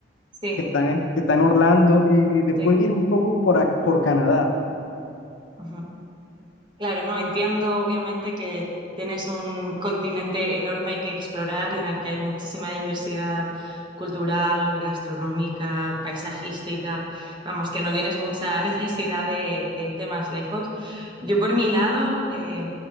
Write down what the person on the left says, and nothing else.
que está en, que está en Orlando y después
ir un poco por, ac- por Canadá.